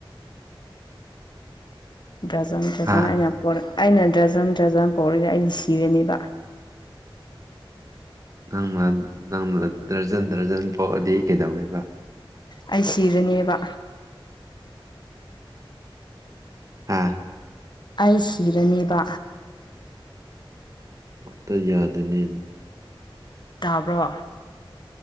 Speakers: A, on the left (about 55°); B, on the right (about 35°).
A: ꯗ꯭ꯔꯖꯟ ꯗ꯭ꯔꯖꯟ
B: ꯍꯥ
A: ꯑꯩꯅ ꯄꯣꯔ ꯑꯩꯅ ꯗ꯭ꯔꯖꯟ ꯗ꯭ꯔꯖꯟ ꯄꯣꯛꯔꯗꯤ ꯑꯩꯗꯤ ꯁꯤꯔꯅꯤꯕ
B: ꯅꯪꯅ ꯅꯪꯅ ꯗꯔꯖꯟ ꯗꯔꯖꯟ ꯄꯣꯛꯑꯗꯤ ꯀꯩꯗꯧꯋꯦꯕ
A: ꯑꯩ ꯁꯤꯔꯅꯤꯕ
B: ꯍꯥ
A: ꯑꯩ ꯁꯤꯔꯅꯤꯕ
B: ꯑꯝꯇ ꯌꯥꯗꯦꯅꯦ
A: ꯇꯥꯕ꯭ꯔꯣ